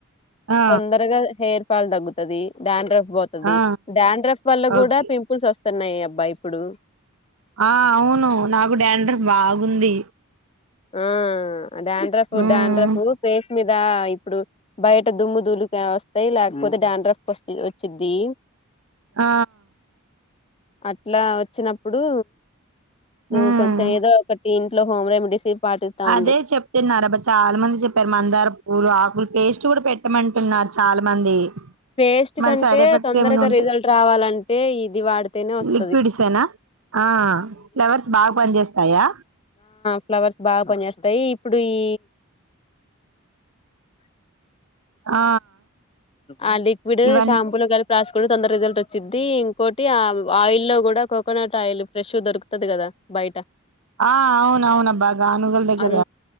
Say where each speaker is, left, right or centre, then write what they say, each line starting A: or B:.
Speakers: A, on the right; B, on the left.
A: ఆ
B: తొందరగా హెయిర్ హేర్ ఫాల్ తగ్గుతుది గ్రాండ్రఫ్ ఉంటది
A: ఆ
B: డాండ్రఫ్ వల్ల
A: ఓకే
B: కూడా పిపుల్స్ వస్తు వస్తున్నాయి అబ్బా ఇప్పుడు
A: ఆ అవును నాకు డాండ్రఫ్ బాగా ఉంది
B: ఆ డాండ్రఫు
A: ఉమ్
B: డాండ్రఫ్ ఫేస్ మీద ఇప్పుడు బయట దుమ్ము దులికి వస్త వస్తాయి లేకపోతే డాండ్రఫ్ వచ్చ వచ్చిద్ది
A: ఆ
B: అట్లా వచ్చినప్పుడు నువ్వు
A: ఉమ్
B: కొంచెం ఏదో ఒకటి ఇంట్లో హోమ్ రెమెడీస్ పాటిస్తా
A: అదే
B: ఉండు
A: చెప్తున్నారబ్బా చాలా మంది చెప్పారు, మందార పూలు ఆకులు టేస్ట్ కూడా పెట్టమంటున్నారు చాలా మంది
B: పేస్ట్
A: మరి
B: కంటే
A: సైడ్ ఎఫెక్ట్స్
B: తొందరగా
A: ఏమైనా ఉంట
B: రిజల్ట్ రావాలంటే ఇది వాడితేనే వస్తది
A: లిక్విడ్సేనా ఆ ఫ్లవర్స్ బాగా పనిచేస్తాయా
B: ఫ్లవర్స్ బాగా పని చేస్తాయి ఇప్పుడు ఇ
A: ఆ
B: ఆ లిక్విడ్
A: ఇవన్
B: షాంపులు కలి రాసుకు తొందర రిజల్ట్ వచ్చిది, ఇంకోటి ఆ ఆయిల్ లో కూడా కోకోనట్ ఆయిల్ ఫ్రెష్ దొరుకుతది కదా బయట
A: ఆ అవునవునబ్బా గానుగల దగ్గర
B: అ